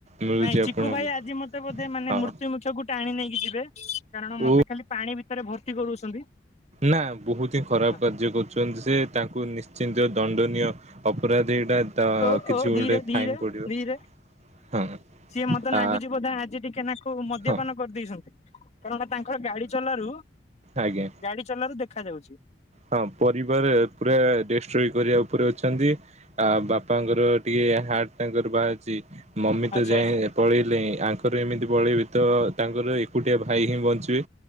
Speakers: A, on the right; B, on the left.
A: ମିଳୁଛି
B: ନାଇଁ ଚିକୁ
A: ଆପଣଙ୍କୁ
B: ଭାଇ ଆଜି ମତେ ବୋଧେ ମାନେ
A: ହଁ
B: ମୃତ୍ୟୁ ମୁଛକୁ ଟାଣି ନେଇକି ଯିବେ କାରଣ ମତେ
A: ଓ
B: ଖାଲି ପାଣି ଭିତରେ ଭର୍ତ୍ତି କରଉଛନ୍ତି।
A: ନାଁ ବହୁତ ହିଁ ଖରାପ
B: ହଁ।
A: କାର୍ଯ୍ୟ କରୁଚନ୍ତି ସେ ତାଙ୍କୁ ନିଶ୍ଚିନ୍ତ ଦଣ୍ଡନୀୟ ଅପରା ଯେ ଏଟା ତ
B: ଓ
A: କିଛି
B: ଓ ଧୀରେ
A: ଗୋଟେ
B: ଧୀରେ
A: ଫାଇନ୍ ପଡ଼ିବ
B: ଧୀରେ
A: ହଁ।
B: ସିଏ ମତେ ନାଗୁଚି
A: ଆ
B: ବୋଧେ ଆଜି ଟିକେ ନାଖୁ ମଦ୍ୟପାନ
A: ହଁ
B: କରିଦେଇଛନ୍ତି କାରଣ ତାଙ୍କର ଗାଡ଼ି ଚଲାରୁ
A: ଆଜ୍ଞା।
B: ଗାଡ଼ି ଚଲାରୁ ଦେଖା ଯାଉଚି।
A: ହଁ ପରିବାର ପୁରା ଡେଷ୍ଟ୍ରଏ କରିବା ଉପରେ ଅଛନ୍ତି। ଆ ବାପାଙ୍କର ଟିକେ ହାର୍ଟ ତାଙ୍କର ବାହାରୁଛି। ମମି ତ
B: ଆଚ୍ଛା
A: ଯାଇ
B: ଆଚ୍ଛା
A: ପଳେଇଲେଣି। ଆ ପାରେ ଏମିତି ପଳେଇବି ତ ତାଙ୍କର ଏକୁଟିଆ ଭାଇ ହିଁ ବଞ୍ଚିବେ।